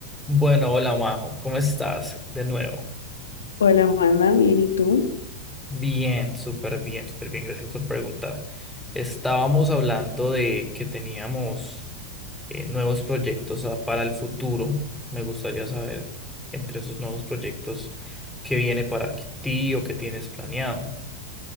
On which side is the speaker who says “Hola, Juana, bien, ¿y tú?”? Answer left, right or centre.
Left